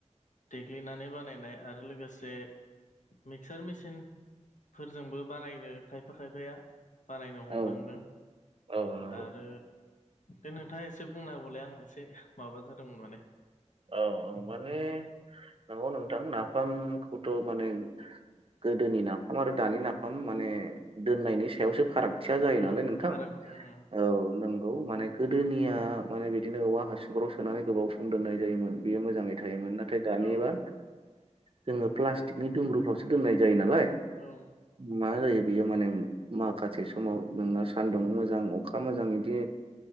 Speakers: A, on the left (about 85°); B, on the right (about 50°).
A: देग्लिनानै बानायनाय आरो लोगोसे मिक्सार मेचिन फोरजोंबो बानायनो खायफा खायफाया बानायनो हमलांदों
B: औ औ नंगौ
A: आरो दे नोंथाङा एसे बुंना बौलाय आं एसे माबा जादोंमोन माने
B: औ औ माने नंगौ नोंथां नाफामखौथ' माने गोदोनि नाफाम आरो दानि नाफाम माने दोननायनि सायावसो फाराग थिया जायो
A: औ
B: नालाय नोंथां
A: फारागथि उम
B: औ नों औ माने गोदोनिया माने बिदिनो औवा हासुंफोराव सोनानै गोबाव सम दोननाय जायोमोन बेयो मोजाङै थायोमोन नाथाय दानिबा
A: औ
B: जोङो प्लास्टिकनि दुमब्रुफ्रावसो दोननाय जायो नालाय
A: औ
B: मा जायो बियो माने माखासे समाव नोंना सान्दुं मोजां अखा मोजां इदि